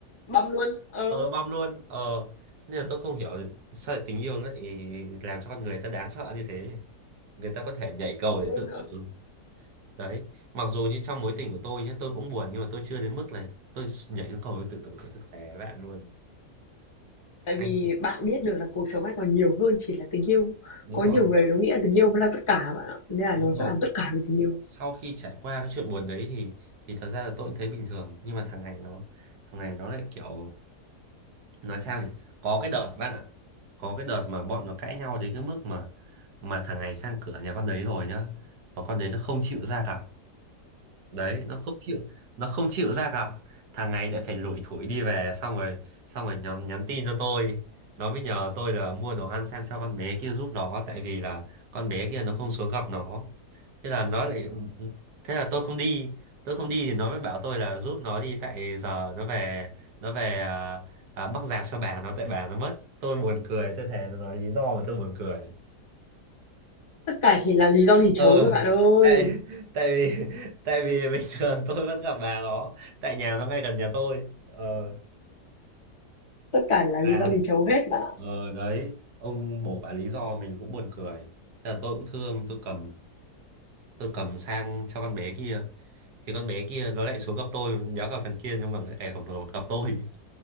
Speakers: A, on the left; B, on the right.
A: băm luôn. Ờ,
B: ờ băm luôn ờ nên là tôi không hiểu sao lại tình yêu nó lại làm cho con người ta đáng sợ như thế người ta có thể nhảy cầu
A: không
B: để
A: biết
B: tự
A: nữa.
B: tử đấy mặc dù như trong mối tình của tôi nhé tôi cũng buồn nhưng mà tôi chưa đến mức là tôi nhảy xuống cầu tôi tự tử tôi thề với bạn luôn
A: Tại
B: anh
A: vì bạn biết được là cuộc sống này còn nhiều hơn chỉ là tình yêu.
B: đúng
A: Có nhiều
B: rồi
A: người nó nghĩ là tình yêu mới là tất cả bạn ạ, nên là
B: đúng
A: nó
B: rồi
A: sẽ làm tất cả vì tình yêu.
B: sau khi trải qua cái chuyện buồn đấy thì thì thật ra là tôi cũng thấy bình thường nhưng mà thằng này nó thằng này nó lại kiểu nói sao nhỉ có cái đợt bạn ạ có cái đợt mà bọn nó cãi nhau đến cái mức mà mà thằng này sang cửa nhà con đấy rồi nhá mà con đấy nó không chịu ra gặp đấy nó không chịu nó không chịu ra gặp thằng này lại phải lủi thủi đi về xong rồi xong rồi nhắn, nhắn tin cho tôi nó mới nhờ tôi là mua đồ ăn sang cho con bé kia giúp nó tại vì là con bé kia nó không xuống gặp nó thế là nó lại thế là tôi không đi tôi không đi thì nó mới bảo tôi là giúp nó đi tại giờ nó về nó về à, à, bắc rạp cho bà nó tại bà nó mất tôi buồn cười tôi thề nó nói lý do mà tôi buồn cười
A: Tất cả chỉ là lý do lì
B: ờ
A: chấu thôi bạn ơi.
B: tại tại vì tại vì bình thường tôi vẫn gặp bà nó tại nhà nó ngay gần nhà tôi ờ
A: Tất cả là
B: bà
A: lý do lì chấu hết bạn ạ.
B: ờ đấy ông bổ bà lý do mình cũng buồn cười Thế là tôi cũng thương tôi cầm tôi cầm sang cho con bé kia thì con bé kia nó lại xuống gặp tôi đéo gặp thằng kia nhưng mà lại cày gặp gặp tôi